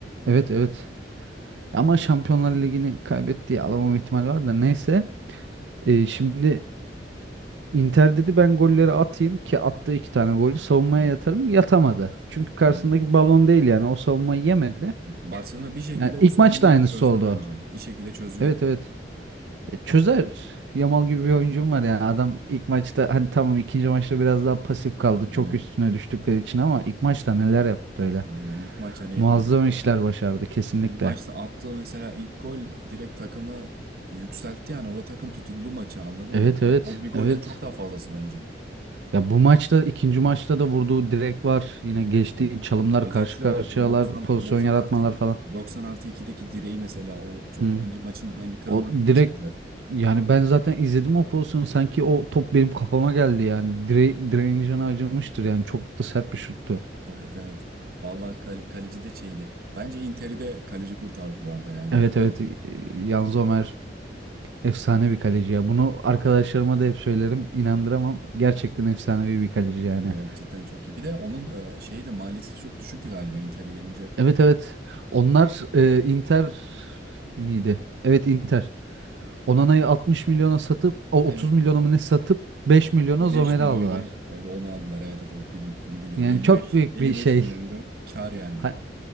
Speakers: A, on the right (about 75°); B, on the right (about 55°).
A: evet evet ama Şampiyonlar Ligi'ni kaybettiği alamam ihtimali var da neyse. Ee, şimdi Inter dedi ben golleri atayım ki attı iki tane golü savunmaya
B: Evet.
A: yatarım yatamadı. Çünkü karşısındaki
B: Aynen.
A: balon değil yani o savunmayı yemedi.
B: Barcelona bir şekilde
A: Yani
B: o
A: ilk
B: savunmayı
A: maçta aynısı
B: çözdü
A: oldu.
B: bence. Bir şekilde çözüyordu.
A: Evet evet. Ya çözer. Yamal gibi bir oyuncum var yani adam ilk maçta hani tamam ikinci maçta biraz daha pasif kaldı. Çok
B: Aynen.
A: üstüne düştükleri için ama ilk maçta neler yaptı öyle.
B: Aynen. İlk maç hani
A: Muazzam işler başardı kesinlikle.
B: ilk maçta attığı mesela ilk gol direkt takımı yükseltti yani. Orada takım tutundu maça anladın
A: Evet
B: mı?
A: evet
B: O bir golden
A: evet.
B: çok daha fazlası bence.
A: Ya bu maçta ikinci maçta da vurduğu direk var. Yine geçtiği
B: Evet.
A: çalımlar
B: Özellikle
A: karşı karşıyalar
B: o 90
A: pozisyon
B: 90
A: yaratmalar
B: artı
A: falan.
B: 90 artı 2'deki direği mesela o çok
A: Hı.
B: bence maçın en kırılma
A: O direkt
B: noktasıydı zaten.
A: yani ben zaten izledim o pozisyonu sanki o top benim kafama geldi yani dire, direncini acımıştır yani çok da sert bir şuttu.
B: Evet evet. Vallahi kale- kaleci de şeydi. Bence Inter'i de kaleci kurtardı bu arada yani.
A: Evet
B: Kaleci-
A: evet e, Yanzo Ömer efsane bir kaleci ya. Bunu arkadaşlarıma da hep söylerim inandıramam. Gerçekten efsanevi bir kaleci yani.
B: Evet cidden çok iyi. Bir de onun e, şeyi de maliyeti çok düşüktü galiba Inter'e gelince.
A: Evet evet onlar e, Inter miydi? Evet Inter. Onana'yı 60 milyona satıp o
B: Evet
A: 30 milyona mı ne satıp 5 milyona
B: beş
A: Zomer'i
B: milyon
A: aldılar.
B: euro e, onu aldılar. Evet evet o bilim- onu biliyorum.
A: Yani
B: 55
A: çok büyük
B: 55
A: bir şey
B: milyon euro kar yani.
A: Ha-